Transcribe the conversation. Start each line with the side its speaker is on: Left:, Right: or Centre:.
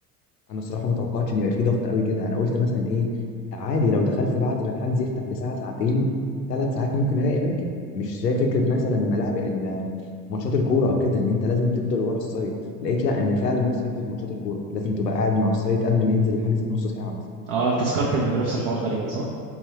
Left: انا الصراحه ما توقعتش ان يبقى فيه ضغط قوي كده انا قلت مثلا ايه عادي لو دخلت بعد ما الحجز يفتح بساعه ساعتين ثلاث ساعات ممكن الاقي اماكن مش زي فكره مثلا ملاعب ال- ماتشات الكوره او كده ان انت لازم تفضل ورا السايت لقيت لا ان فعلا نفس فكره ماتشات الكوره لازم تبقى قاعد مع السايت قبل ما ينزل الحجز بنص ساعه مثلا
Right: اه تذكرتني بنفس الحوار تقريبا صح